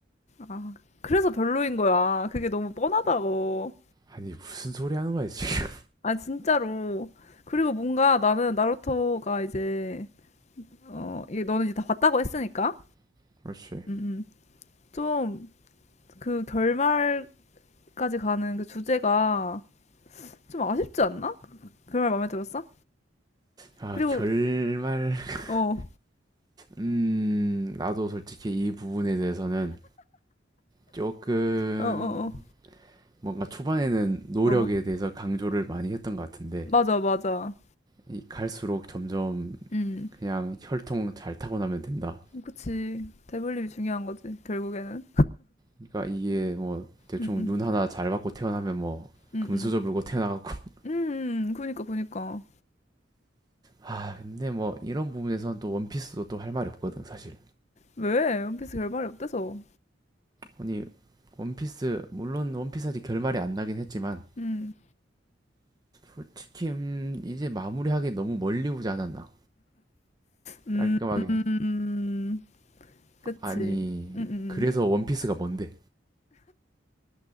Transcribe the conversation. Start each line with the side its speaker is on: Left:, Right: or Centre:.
Left: 아, 그래서 별로인 거야. 그게 너무 뻔하다고.
Right: 아니 무슨 소리 하는 거야 지금?
Left: 아, 진짜로. 그리고 뭔가 나는 나루토가 이제 어, 이게 너는 이제 다 봤다고 했으니까.
Right: <laughs> 그렇지.
Left: 음, 음. 좀 그 결말까지 가는 그 주제가 좀 아쉽지 않나? 그말 마음에 들었어?
Right: 아,
Left: 그리고
Right: 결말. <laughs>
Left: 어,
Right: 음, 나도 솔직히 이 부분에 대해서는 조금
Left: 어, 어,
Right: 뭔가 초반에는 노력에
Left: 어, 어.
Right: 대해서 강조를 많이 했던 것 같은데
Left: 맞아, 맞아.
Right: 이 갈수록 점점
Left: 음,
Right: 그냥 혈통 잘 타고 나면 된다.
Left: 그치. 대블립이 중요한 거지, 결국에는.
Right: 그러니까 이게 뭐 대충
Left: 음, 음,
Right: 눈 하나 잘 받고 태어나면 뭐
Left: 음,
Right: 금수저
Left: 음.
Right: 물고 태어나갖고 <laughs>
Left: 음, 음. 그니까, 그니까.
Right: 아 근데 뭐 이런 부분에선 또 원피스도 또 할 말이 없거든 사실.
Left: 왜? 원피스 결말이 어때서?
Right: 아니 원피스 물론 원피스 아직 결말이 안 나긴 했지만
Left: 음,
Right: 솔직히 음, 이제 마무리하기 너무 멀리 오지 않았나
Left: 음,
Right: 깔끔하게
Left: 음, 그치.
Right: 아니
Left: 음, 음, 음.
Right: 그래서 원피스가 뭔데?